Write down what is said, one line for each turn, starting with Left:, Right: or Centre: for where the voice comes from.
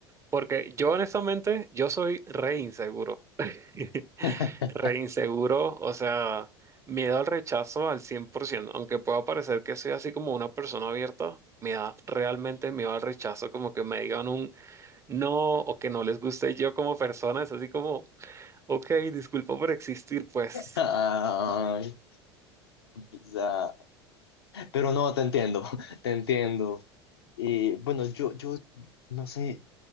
Right: Porque yo honestamente, yo soy re inseguro. <laughs>
Left: <laughs>
Right: Re inseguro, o sea, miedo al rechazo al cien por ciento Aunque pueda parecer que soy así como una persona abierta, me da realmente miedo al rechazo, como que me digan un no o que no les guste yo como persona. Es así como, ok, disculpa por existir, pues.
Left: Ay, quizá. Pero no, te entiendo, <laughs> te entiendo. Y bueno, yo, yo no sé,